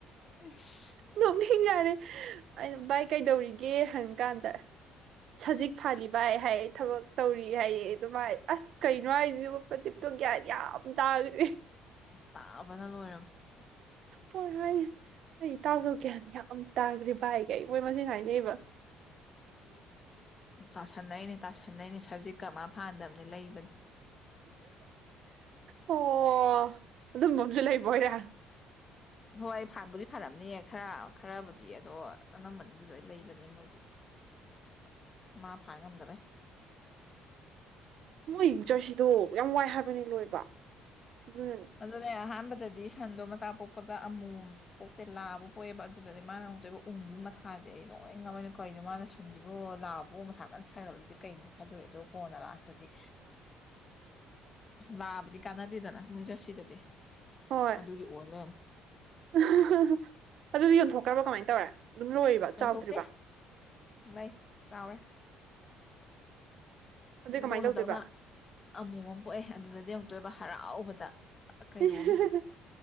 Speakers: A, on the left; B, on the right.
A: ꯏꯁ
B: ꯅꯣꯛꯅꯤꯡꯖꯥꯅꯦ ꯑꯩꯅ ꯚꯥꯏ ꯀꯩꯗꯧꯔꯤꯒꯦ ꯍꯪ ꯀꯥꯟꯗ ꯁꯖꯤꯛ ꯐꯥꯜꯂꯤ ꯚꯥꯏ ꯍꯥꯏ ꯊꯕꯛ ꯇꯧꯔꯤ ꯍꯥꯏ ꯑꯗꯨꯚꯥꯏ ꯑꯁ ꯀꯩꯅꯣ ꯍꯥꯏꯁꯤꯕ ꯄ꯭ꯔꯗꯤꯞꯇꯣ ꯒ꯭ꯌꯥꯟ ꯌꯥꯝ ꯇꯥꯒ꯭ꯔꯦ
A: ꯇꯥꯕꯅ ꯂꯣꯏꯔꯝ
B: ꯍꯣꯏ ꯍꯣꯏ ꯑꯩ ꯏꯇꯥꯎꯗꯣ ꯒ꯭ꯌꯥꯟ ꯌꯥꯝ ꯇꯥꯒ꯭ꯔꯦ ꯚꯥꯏ ꯒꯥꯏ ꯃꯣꯏ ꯃꯁꯦꯟ ꯍꯥꯏꯅꯩꯕ
A: ꯎꯝ ꯎꯝ ꯇꯥꯁꯟꯅꯩꯅꯦ ꯇꯥꯁꯟꯅꯩꯅꯦ ꯁꯖꯤꯛꯀ ꯃꯥ ꯐꯥꯟꯗꯕꯅꯦ ꯂꯩꯕꯅꯤ
B: ꯑꯣ ꯑꯗꯨꯝꯕ ꯑꯝꯖꯨ ꯂꯩꯕ ꯑꯣꯏꯔꯦ
A: ꯍꯣꯏ ꯐꯥꯟꯕꯨꯗꯤ ꯐꯥꯟꯂꯝꯅꯤ ꯈꯔ ꯈꯔꯕꯨꯗꯤ ꯑꯗꯣ ꯑꯅꯝꯕꯅꯗꯤ ꯂꯣꯏ ꯂꯩꯕꯅꯦ ꯃꯣꯏꯒꯤ ꯃꯥ ꯐꯥꯟ ꯉꯝꯗꯕꯩ
B: ꯃꯣꯏ ꯖꯔꯁꯤꯗꯣ ꯌꯥꯝ ꯋꯥꯏ ꯍꯥꯏꯕꯅꯤ ꯂꯣꯏꯕ ꯑꯗꯨꯅꯅꯦ
A: ꯑꯗꯨꯅꯦ ꯑꯍꯥꯟ ꯑꯍꯥꯟꯕꯗꯗꯤ ꯁꯟꯗꯣ ꯃꯆꯥ ꯄꯣꯛꯄꯗ ꯑꯃꯣꯝ ꯄꯣꯛꯇꯦ ꯂꯥꯕ ꯄꯣꯛꯑꯦꯕ ꯑꯗꯨꯗꯗꯤ ꯃꯥꯅ ꯑꯃꯨꯛꯇꯣꯏꯕ ꯎꯪꯒꯤꯕ ꯃꯊꯥ ꯃꯥꯖꯦ ꯑꯩ ꯅꯣꯛꯅꯤꯡ ꯉꯕꯅꯦ ꯀꯧꯅꯣ ꯃꯥꯅ ꯁꯟꯁꯤꯕꯨ ꯂꯥꯕꯕꯨ ꯃꯊꯥ ꯀꯟꯅ ꯁꯥꯥꯏꯒꯠꯂꯤꯁꯦ ꯀꯩꯅꯣ ꯈꯟꯂꯨꯔꯦ ꯑꯗꯨꯒ ꯀꯣꯟꯅ ꯂꯥꯁꯇꯗꯤ ꯂꯥꯕꯗꯤ ꯀꯥꯟꯅꯗꯦꯗꯅ ꯃꯣꯏ ꯖꯔꯁꯤꯗꯗꯤ
B: ꯍꯣꯏ ꯑꯥ
A: ꯑꯗꯨꯒꯤ ꯑꯣꯏ ꯂꯩꯔꯝꯃꯦ
B: ꯍꯥ ꯍꯥ ꯍꯥ ꯑꯗꯨꯗꯤ ꯌꯣꯟꯊꯣꯛꯈ꯭ꯔꯕ ꯀꯃꯥꯏꯅ ꯇꯧꯔꯦ ꯑꯗꯨꯝ ꯂꯣꯏꯔꯤꯕ
A: ꯌꯣꯟꯊꯣꯛꯇꯦ
B: ꯆꯥꯎꯗ꯭ꯔꯤꯕ
A: ꯂꯩ ꯆꯥꯎꯔꯦ
B: ꯑꯗꯨꯏ ꯀꯃꯥꯏꯅ
A: ꯗꯣ ꯍꯟꯗꯛꯅ
B: ꯇꯧꯗꯣꯏꯕ
A: ꯑꯃꯣꯝ ꯑꯃ ꯄꯣꯛꯑꯦ ꯑꯗꯨꯗꯗꯤ ꯑꯃꯨꯛꯇꯣꯏꯕ ꯍꯔꯥꯎꯕꯗ ꯀꯩꯅꯣꯝꯅꯤ
B: ꯏꯁ ꯍꯤ